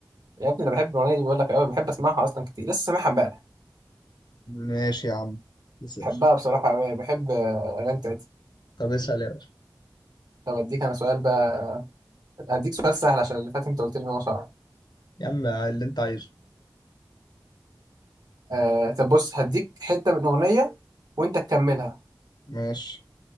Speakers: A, on the right (about 60°); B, on the left (about 70°).
A: يا ابني انا بحب الاغنيه دي بقول لك قوي بحب اسمعها اصلا كتير لسه سامعها امبارح
B: ماشي يا عم اسال
A: بحبها بصراحة أوي بحب آه، أغاني بتاعتها
B: طب اسال يا باشا
A: طب أديك أنا سؤال بقى هديك سؤال سهل عشان اللي فات أنت قلت لي إن هو صعب
B: يا عم اللي انت عايزه
A: آه طب بص هديك حتة من أغنية وأنت تكملها
B: ماشي